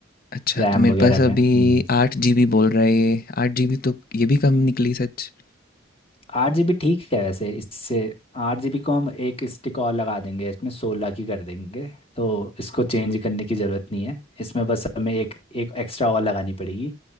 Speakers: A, on the left; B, on the left.
A: अच्छा
B: रैम
A: तो मेरे
B: वगैरह
A: पास
B: में
A: अभी
B: हम्म
A: आठ जी बी बोल रहा है ये आठ जी बी तो ये भी कम निकली सच
B: आठ जीबी ठीक है वैसे इससे आठ जीबी को हम एक स्टिक और लगा देंगे इसमें सोलह की कर देंगे तो इसको चेंज करने की ज़रूरत नहीं है इसमें बस हमें एक एक एक्स्ट्रा और लगानी पड़ेगी